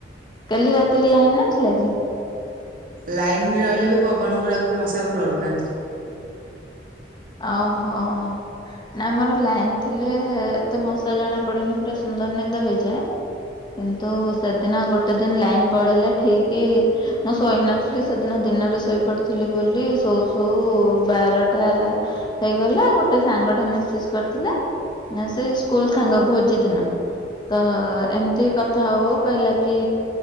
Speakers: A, on the left; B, on the right.
A: କାଲି ରାତିରେ ଲାଇନ ନଥିଲା କି?
B: ଲାଇନ ରହିଲେ ବି ପବନ ଗୁଡାକୁ ମଶାକୁ ଡରୁନାହାନ୍ତି।
A: ଓହୋ ହୋ। ଆମର ଲାଇନ ଥିଲେ ଏତେ ମଶା ଜଣା ପଡେନି, ପୁରା ସୁନ୍ଦର ନିଦ ହେଇଯାଏ। କିନ୍ତୁ ସେଦିନ ଗୋଟେ ଦିନ ଲାଇନ ପଳେଇଲା ଠିକ ମୁଁ ଶୋଇନଥିଲି। ଥିଲି ସେଦିନ ଦିନରେ ଶୋଇପଡ଼ିଥିଲି ବୋଲି ଶୋଉ ଶୋଉ ବାରଟା ହେଇଗଲା, ଗୋଟେ ସାଙ୍ଗ ଟା ମେସେଜ କରିଥିଲା, ସେଇ ସ୍କୁଲ ସାଙ୍ଗ ଭୋଜି ଦିନ ତ ଏମିତି କଥା ହଉ ହଉ କହିଲା କି